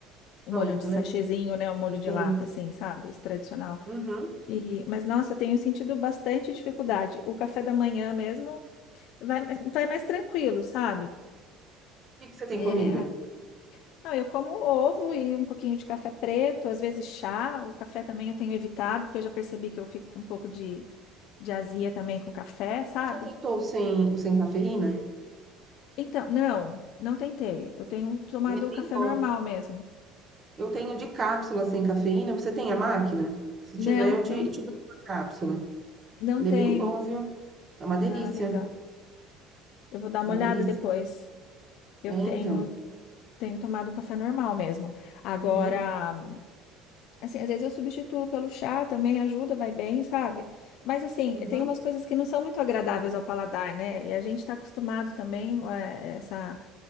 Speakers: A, on the left (about 60°); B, on the right (about 25°).
A: o
B: Pronto,
A: molho de sachêzinho,
B: né?
A: né? O molho de
B: Sim.
A: lata, assim, sabe? Esse tradicional.
B: Uhum. O
A: E, mas, nossa, eu tenho sentido bastante dificuldade. O café da manhã mesmo vai, vai mais tranquilo, sabe?
B: que que você tem
A: É,
B: comido?
A: Não, eu como ovo e um pouquinho de café preto, às vezes chá. O café também eu tenho evitado, porque eu já percebi que eu fico com um pouco de, de azia também com o café, sabe?
B: Você Já tentou o sem, o sem cafeína?
A: Então, não, não tentei. Eu tenho tomado
B: Ele é bem
A: o café
B: bom.
A: normal mesmo.
B: Eu tenho de cápsula sem cafeína. Você tem a máquina? Se tiver,
A: Não,
B: eu te,
A: não,
B: te dou uma cápsula.
A: não
B: Ele
A: tenho.
B: é bem bom, viu? É uma delícia.
A: Ah, legal. Eu vou dar uma
B: É uma
A: olhada
B: delícia.
A: depois. Eu
B: É,
A: tenho,
B: então.
A: tenho tomado o café normal mesmo. Agora.
B: Uhum,
A: Assim, às vezes eu substituo pelo chá também, ajuda, vai bem, sabe? Mas assim,
B: uhum.
A: tem umas coisas que não são muito agradáveis ao paladar, né? E a gente está acostumado também é, essa